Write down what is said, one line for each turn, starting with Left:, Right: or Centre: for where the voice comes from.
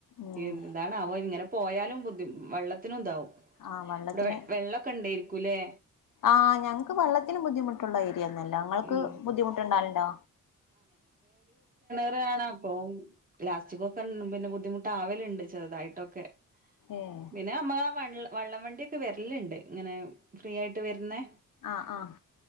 Left: ഉം
Right: എന്താണാവോ ഇങ്ങനെ പോയാലും ബുദ്ധി വെള്ളത്തിനും എന്താവും.
Left: ആഹ് വെള്ളത്തിന്
Right: ഇവിടെ വെ വെള്ളെക്കെ ഇണ്ടായിരിക്കൂല്ലേ
Left: ആഹ് ഞങ്ങക്ക് വെള്ളത്തിന് ബുദ്ധിമുട്ടുണ്ടായി. <unintelligible> ഇങ്ങൾക്ക്
Right: ഉം
Left: ബുദ്ധിമുട്ടുണ്ടാവലുണ്ടോ?
Right: പ്പെഏണപോയി ലാസ്റ്റ്ക്കൊകെ പിന്നെ ബുദ്ധിമുട്ട് ആവല്ണ്ട് ചെറുതായിട്ടൊക്കെ
Left: ഏഹ്
Right: പിന്നെ നമ്മളാ വെള്ള് വള്ളം വണ്ട്യെക്കെ വര്ല്ണ്ട് ഇങ്ങനെ ഫ്രീ ആയിട്ട് വര്ന്നെ
Left: ആഹ് ആഹ്